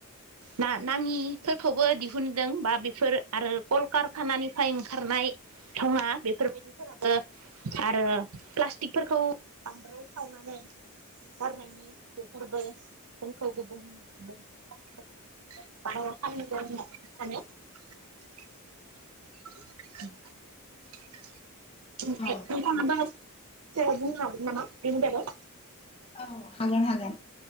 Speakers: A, on the right; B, on the left.
A: ना नाङिफोरखौबो दिहुनदों बा बेफोर आरो कलकारखानानिफ्राय ओंखारनाय थङा बेफोरबायदिफोराबो आरो प्लास्टिकफोरखौ बांद्राय सावनानै गारनायनि बेफोरबो जोंखौ <unintelligible> <unintelligible> <unintelligible> <unintelligible>
B: औ
A: <unintelligible> बुंनो हागौ नामा बिनि बागै?
B: औ हागोन हागोन।